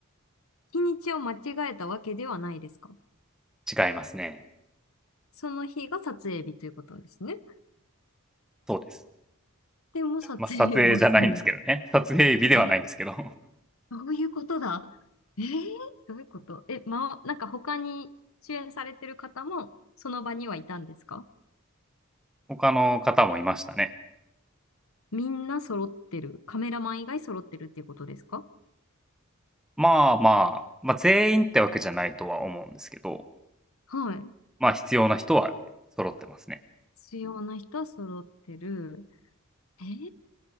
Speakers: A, on the left (about 75°); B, in the centre.
A: 日にちを間違えたわけではないですか
B: 違いますね。
A: その日が撮影日ということですね。
B: そうです。
A: でも撮影はされて、
B: まあ、撮影じゃないんですけどね。撮影日ではないんですけど。
A: え、どういうことだえーどういうことえ、ま、なんか他に主演されてる方もその場にはいたんですか
B: <laughs> 他の方もいましたね。
A: みんな揃ってる。カメラマン以外揃ってるっていうことですか
B: まあまあ、まあ全員ってわけじゃないとは思うんですけど、
A: はい。
B: まあ必要な人は揃ってますね。
A: 必要な人揃ってる。えー、